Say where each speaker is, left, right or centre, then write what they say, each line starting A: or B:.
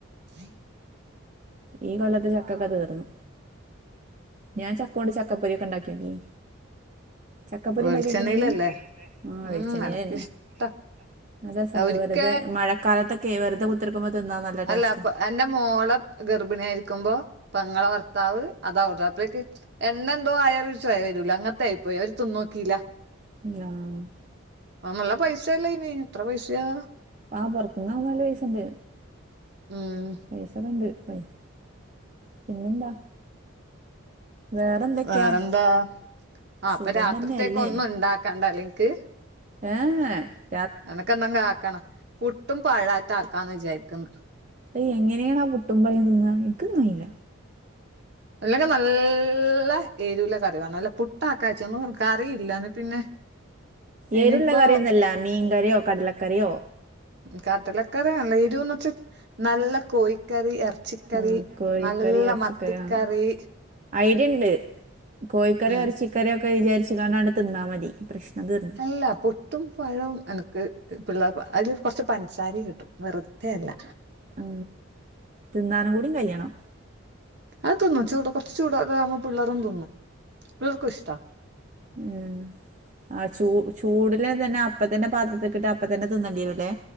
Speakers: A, on the right; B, on the right.
A: ഹം
B: ഈ കൊലത്ത് ചക്കക്കെ തീർന്നു ഞാൻ ചക്കൊണ്ട് ചക്കപ്പൊരിഒക്കെ ഉണ്ടാക്കിയ നോക്കി ചക്കപ്പൊരി
A: വെളിച്ചെണ്ണയിലല്ലേ
B: ഉണ്ടാക്കിക്കണ നീ ആ വളിച്ചെനണ്ണേലന്നെ
A: ഉം എനക്കിഷ്ട
B: അന്നെ ല്ല രസമാണ്
A: ഒരിക്ക
B: വെറുത മഴാലത്തൊക്കെ വെറുതെ കുത്തിടുക്കുമ്പോ തിന്നാ നല്ല ടേസ്റ്റ
A: അല്ല അപ്പൊ എന്റെ മോളെ ഗർഭിണി ആയിരിക്കുമ്പോ പങ്ങളെ ഭർത്താവ് അതാട അഴേക്ക് എണ്ണ എന്തോ ആയാലും ചൊയ വരൂല്ല അങ്ങനത്തെ ആയി പോയി അവര് തിന്നോക്കില്ലാ
B: <unintelligible>
A: ആ നല്ല പൈസല്ല ഇനി എത്ര പൈസയാ
B: ആഹ് പുറത്തുന്നകുമ്മ നല് പൈസുണ്ട്
A: ഉം
B: പൈസ കണ്ട് പൈസ പിന്നെന്താ വേറെ എന്തൊക്കെയാ
A: വേറെന്താ ആ അപ്പൊ
B: സുഖം
A: രാത്രിത്തേക്ക
B: തന്നെയല്ലേ
A: ഒന്നും ഉണ്ടാക്കണ്ട അല്ലെക്ക്
B: യെ യെ
A: നിനക്കെന്തെങ്ക ആക്കണ പുട്ടും പാഴത്ത ആക്കാന്ന് വിചാരിക്കുന്ന
B: അ എങ്ങനെയാണ് ആ പുട്ടും പഴും തിന്നാ എനക്ക്ന്നയില്ല
A: അല്ലങ്ക നല്ല ഏരുള്ള കറിമാണം നല്ല പു <unintelligible> കറിയില്ല പിന്നെ ഇനിയിപ്പോ
B: ഏരുള്ള കറിയൊന്നല്ല മീൻകറിയോ കടലക്കറിയോ
A: കാട്ടിലൊക്കെറ നരുന്ന് വെച്ച് നല്ല കോഴിക്കറി ഇറച്ചിക്കറി
B: ആ കോഴിക്കറി
A: നല്ല
B: ഇറച്ചിക്കറി
A: മത്തിക്കറി
B: ആ ഐഡിയ ഉണ്ട് കോഴിക്കറി
A: ഉം
B: അരച്ചി രൊക്കെ വിചാരിച്ച്കാണ്ട് ത്തിന്നാ മതി പ്രശ്ം തീർന്നു
A: അല്ല പുട്ടും പഴും അനക്ക് പിള്ളേർ അതിൽ കുറച്ച് പഞ്ചസാരിയും കിട്ടും വറത അല്ല
B: ഉ തിന്നാനും കൂടി കഴിയണം
A: അത് നിന്നും ചൂട് കുറച്ച് ചൂടാവുമ്പോ പിള്ളേരും തിന്നും പിള്ളേർക്കും ഇഷ്ടമാണ്
B: ഏഹ് ആഹ് ചൂ ചൂടില് തന്നെ അപ്പ തന്നെ പാത്രത്തിക്കിട്ട് അപ്പ തന്നെ തിന്നേണ്ടി വരും അല്ലേ